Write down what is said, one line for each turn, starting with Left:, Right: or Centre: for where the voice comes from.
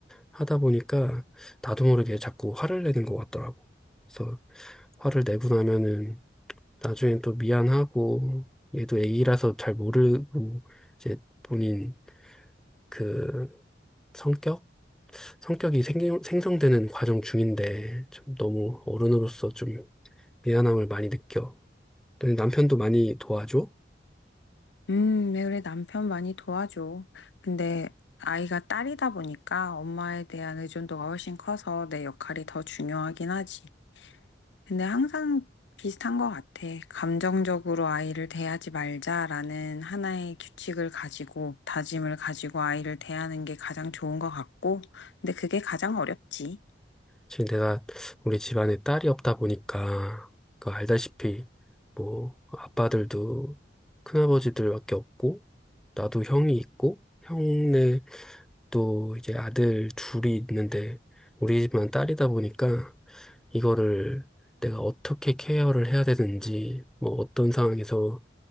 Centre: 하다 보니까 나도 모르게 자꾸 화를 내는 것 같더라고. 그래서 화를 내고 나면은 나중엔 또 미안하고 얘도 애기라서 잘 모르고 이제 본인 그 성격? 성격이 생, 생성되는 과정 중인데 참 너무 어른으로서 좀 미안함을 많이 느껴. 또 남편도 많이 도와줘.
Left: 음, 네, 그래, 남편 많이 도와줘. 근데 아이가 딸이다 보니까 엄마에 대한 의존도가 훨씬 커서 내 역할이 더 중요하긴 하지. 근데 항상 비슷한 것 같아. 감정적으로 아이를 대하지 말자라는 하나의 규칙을 가지고, 다짐을 가지고 아이를 대하는 게 가장 좋은 것 같고, 근데 그게 가장 어렵지.
Centre: 지금 내가 우리 집안에 딸이 없다 보니까 그 알다시피 뭐 아빠들도 큰아버지들밖에 없고 나도 형이 있고 형네 또 이제 아들 둘이 있는데 우리 집만 딸이다 보니까 이거를 내가 어떻게 케어를 해야 되는지 뭐 어떤 상황에서